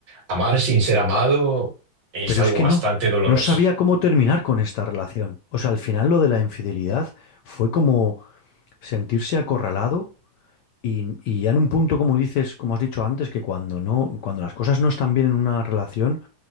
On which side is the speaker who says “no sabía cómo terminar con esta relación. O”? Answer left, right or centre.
Left